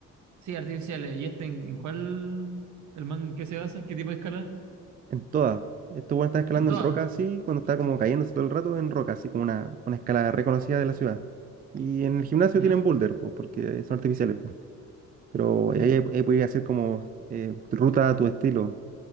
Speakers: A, on the right; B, on the right.
A: sí, artificiales. ¿Y este en, en cuál? ¿El man en qué se basa? ¿En qué tipo de escala?
B: en todas. esto bueno están escalando
A: En todas,
B: en roca así, cuando está como cayéndose todo el rato, en roca, así como una, una escalada reconocida de la ciudad. Y en el gimnasio
A: ¿ya?
B: tienen boulder, pues, porque son artificiales, pues. Pero
A: Ujú,
B: ahí, ahí puedes hacer como eh, ruta a tu estilo